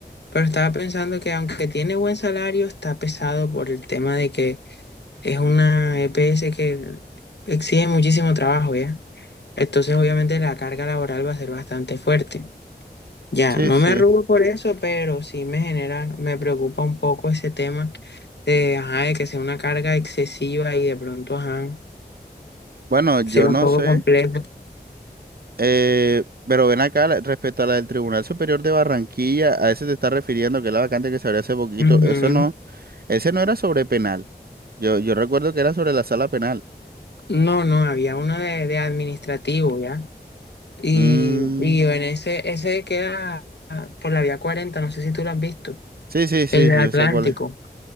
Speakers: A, on the left; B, on the right.
A: pero estaba pensando que aunque tiene buen salario, está pesado por el tema de que es una EPS que exige muchísimo trabajo, ¿ya? Entonces, obviamente, la carga laboral va a ser bastante fuerte. Ya,
B: Sí,
A: no
B: sí.
A: me arrugo por eso, pero sí me genera, me preocupa un poco ese tema de, ajá, de que sea una carga excesiva y de pronto, ajá,
B: Bueno, yo
A: ser
B: no
A: un poco
B: sé,
A: complejo.
B: eh, pero ven acá, la- respecto a la del Tribunal Superior de Barranquilla, a ese te estás refiriendo, que es la vacante que se abrió hace poquito,
A: Ujú.
B: eso no, ese no era sobre penal. Yo, yo recuerdo que era sobre la sala penal.
A: No, no, había uno de, de administrativo, ¿ya? Y,
B: Mm,
A: y en ese, ese queda ah, por la vía 40, no sé si tú lo has visto,
B: sí, sí, sí,
A: el del
B: yo
A: Atlántico.
B: sé cuál es.